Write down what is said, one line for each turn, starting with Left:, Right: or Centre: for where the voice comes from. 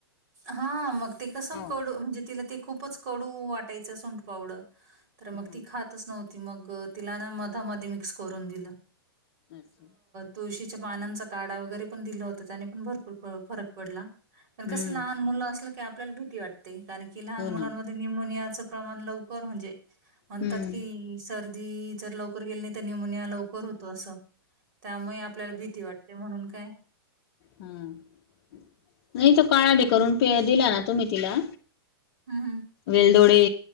Right: हा मग ते कसं
Left: हो
Right: कडू म्हणजे तिला ते खूपच कडू वाटायचं सुंठ पावडर
Left: हम्म
Right: तर मग ती खातच नव्हती मग तिला मधामध्ये मध्ये मिक्स करून दिल
Left: अच्छा
Right: तुळशीच्या पानांचा काढा वगैरे पण दिला होता त्याने पण भरपूर फरक पडला पण
Left: हम्म
Right: कस लहान मुलं आपल्याला भीती वाटते कारण की लहान
Left: हो
Right: मुलांमध्ये
Left: ना
Right: न्युमोनिया प्रमाण लवकर म्हणजे म्हणतात
Left: हम्म
Right: की सर्दी जर लवकर गेली नाही निमोनिया लवकर होतो असं त्यामुळे आपल्याला भीती वाटते म्हणून काय
Left: हम नाही तो काळा बी करून प दिला ना तुम्ही तिला
Right: हं, हं.
Left: वेलदोडे